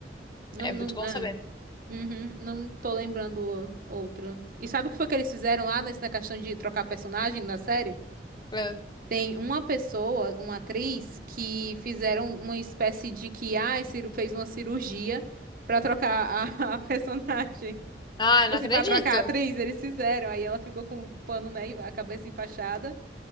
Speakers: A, on the right; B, on the left.
A: Não,
B: É
A: não,
B: muito bom
A: é.
B: saber.
A: Uhum, não tô lembrando outra. E sabe o que foi que eles fizeram lá nesse, na questão de trocar personagem na série?
B: É.
A: Tem uma pessoa, uma atriz, que fizeram uma espécie de que, ah, ciru- fez uma cirurgia pra trocar a, <laughs> a personagem.
B: Ah, eu
A: Assim,
B: não acredito.
A: pra trocar a atriz, eles fizeram. Aí ela ficou com um pano, né, a cabeça enfaixada.